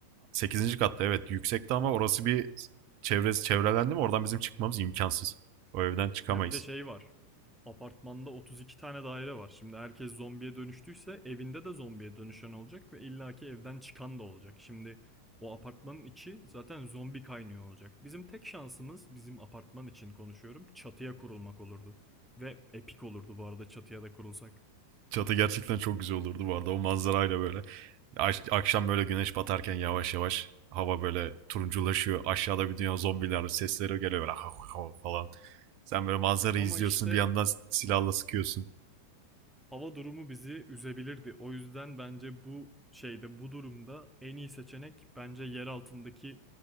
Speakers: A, on the right (about 45°); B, in the centre.
A: sekizinci katta evet yüksekte ama orası bir çevresi çevrelendi mi oradan bizim çıkmamız imkansız. O evden çıkamayız.
B: Ya bir de şey var. Apartmanda 32 tane daire var. Şimdi herkes zombiye dönüştüyse evinde de zombiye dönüşen olacak ve illaki evden çıkan da olacak. Şimdi o apartmanın içi zaten zombi kaynıyor olacak. Bizim tek şansımız bizim apartman için konuşuyorum çatıya kurulmak olurdu. Ve epik olurdu bu arada çatıya da kurulsak.
A: Çatı gerçekten çok güzel olurdu bu arada. O manzarayla böyle. Akşam böyle güneş batarken yavaş yavaş hava böyle turunculaşıyor. Aşağıda bir dünya zombiler sesleri geliyor böyle hav hav falan. Sen böyle manzarayı
B: Ama
A: izliyorsun
B: işte
A: bir yandan silahla sıkıyorsun.
B: Hava durumu bizi üzebilirdi. O yüzden bence bu şeyde, bu durumda en iyi seçenek bence yer altındaki